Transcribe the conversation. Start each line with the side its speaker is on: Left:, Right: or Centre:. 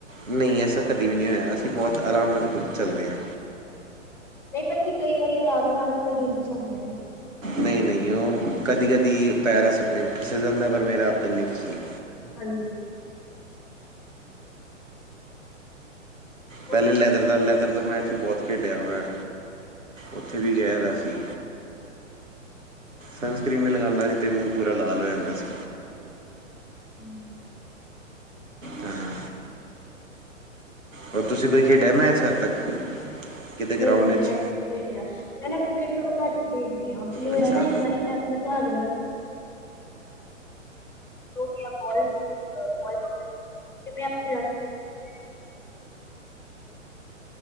Right: ਨਹੀਂ ਐਸਾ ਕਦੇ ਵੀ ਨਹੀਂ ਹੋਇਆ ਅਸੀਂ ਬਹੁਤ ਆਰਾਮ ਨਾਲ ਚੱਲਦੇ ਹਾਂ
Centre: ਨਹੀਂ ਪਰ ਫਿਰ ਕਈ ਵਾਰੀ ਆਰਾਮ ਨਾਲਮ ਨਾਲ ਗਿਰ ਵੀ ਜਾਂਦੀਆਂ ਨੇ
Right: ਨਹੀਂ ਨਹੀਂ ਉਹ ਕਦੀ ਕਦੀ ਪੈਰਾ ਫਿਸਲ ਜਾਂਦਾ ਪਰ ਮੇਰਾ ਹੱਦ ਤੱਕ ਨਹੀਂ ਫਿਸਲਿਆ
Centre: ਹਾਂਜੀ ਹੋਰ
Right: ਪਹਿਲੇ ਲੈਦਰ ਦਾ ਲੈਦਰ ਦਾ ਮੈਂਚ ਹੀ ਬਹੁਤ ਖੇਡਿਆ ਮੈਂ ਉੱਥੇ ਵੀ ਗਿਆਹਾ ਸੀ ਸਨ ਸਕਕ੍ਰਰੀਨ ਵੀ ਲਗਾਉਂਦਾ ਸੀ ਦੇ ਮੂੰਹ ਪੂਰਾ ਲਾਲ ਹੋ ਜਾਂਦਾ ਸੀ
Centre: ਹਮ
Right: ਹਾਂ ਹੋਰ, ਤੁਸੀਂ ਕੋਈ ਖੇਡਿਆ ਮੈਚ ਅੱਜ ਤੱਕ? ਕਿਤੇ
Centre: ਨਹੀਂ
Right: ਗਰਾਊਂਡ
Centre: -ਨਹੀਂ,
Right: ਵਿੱਚ
Centre: ਮੈਂ ਤੇ ਨਹੀਂ ਖੇਡਿਆ ਮੈਂ ਨਾ ਕ੍ਰਿਕਟ ਥੋੜ੍ਹਾ ਘੱਟ ਹੀ ਖੇਡਦੀ ਆ, ਉਹ ਕੀ ਹੋਇਆ
Right: ਅੱਛਾ
Centre: ਨਾ ਇੱਕ ਵਾਰੀ ਮੈਂ <inaudible> <unintelligible>